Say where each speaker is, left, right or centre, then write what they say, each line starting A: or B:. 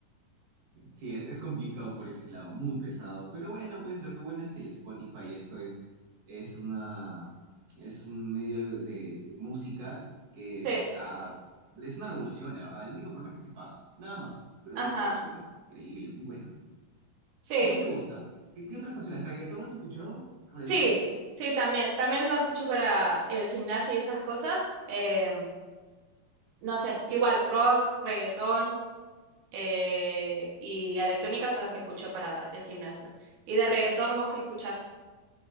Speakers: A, on the right (about 60°); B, on the right (about 85°).
A: Sí, es, es complicado por ese lado, muy pesado. Pero bueno, pues lo bueno es que el Spotify, esto es, es una, es un medio de, de de música que
B: sí,
A: ah, es una revolución, la verdad. El único problema es que se paga, nada más. Pero
B: ajá,
A: ahí todo es súper increíble, muy bueno.
B: sí,
A: ¿Qué más te gusta? ¿Qué, qué otras canciones? ¿Reggaetón has escuchado? ¿Reggaetón?
B: sí, sí, también, también lo escucho para el gimnasio y esas cosas, eh, no sé, igual rock, reggaetón eh, y electrónica son los que escucho para el gimnasio. Y de reggaetón, ¿vos qué escuchás?